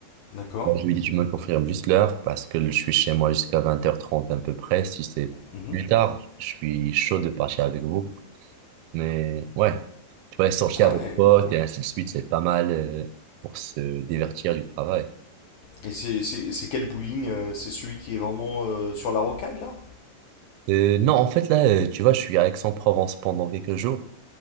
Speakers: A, on the left; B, on the right.
A: D'accord.
B: Moi, je lui ai dit tu me confirmes juste l'heure parce que je suis chez moi jusqu'à 20h30 à peu près. Si c'est
A: Mhm.
B: plus tard, je suis chaud de partir avec vous. Mais ouais, tu vois, sortir
A: Ah
B: avec
A: ouais,
B: potes
A: cool.
B: et ainsi de suite, c'est pas mal euh, pour se divertir du travail.
A: Et c'est c'est- c'est quel bowling? euh, C'est celui qui est vraiment euh, sur la rocade là?
B: Euh, non, en fait, là, euh, tu vois, je suis à Aix-en-Provence pendant quelques jours.